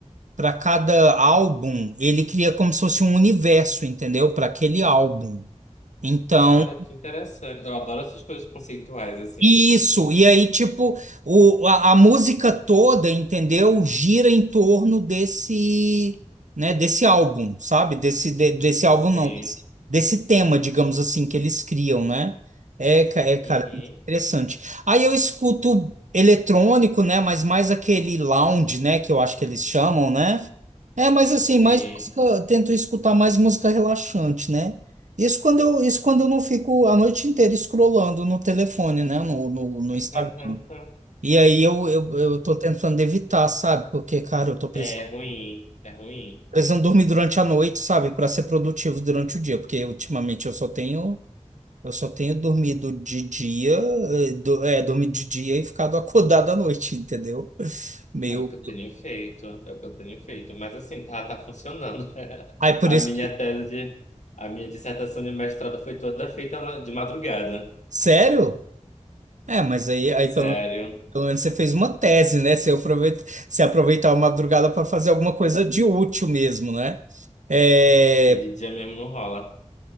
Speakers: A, on the right (about 85°); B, on the left (about 75°).
A: para cada álbum, ele cria como se fosse um universo, entendeu? Para aquele álbum. Então,
B: Cara, que interessante. Eu adoro essas coisas conceituais, assim.
A: Isso, e aí, tipo, o, a, a música toda, entendeu? Gira em torno desse, né, desse álbum, sabe? Desse, de- desse álbum,
B: Sim,
A: não, desse, desse tema, digamos assim, que eles criam, né? É, ca- é, cara,
B: uhum,
A: é muito interessante. Aí eu escuto eletrônico, né? Mas mais aquele lounge, né? Que eu acho que eles chamam, né? É, mas assim,
B: sim.
A: mais música, tento escutar mais música relaxante, né? Isso quando eu, isso quando eu não fico a noite inteira scrollando no telefone, né? No, no, no
B: <laughs>
A: Instagram. E aí eu, eu, eu tô tentando evitar, sabe? Porque, cara, eu tô precis-
B: É ruim, é ruim.
A: precisando, dormir durante a noite, sabe? Pra ser produtivo durante o dia. Porque ultimamente eu só tenho, eu só tenho dormido de dia, eh, do- é, dormido de dia e ficado acordado à noite, entendeu? <laughs> Meio.
B: É o que eu tenho feito, é o que eu tenho feito. Mas assim, tá, tá funcionando. <laughs>
A: Aí por
B: A
A: isso
B: minha
A: que.
B: tese de, a minha dissertação de mestrado foi toda feita na- de madrugada.
A: Sério? É, mas aí, aí
B: Sério.
A: pelo Pelo menos você fez uma tese, né? Você aproveita, você aproveitar a madrugada para fazer alguma coisa de útil mesmo, né? É,
B: E de dia mesmo não rola.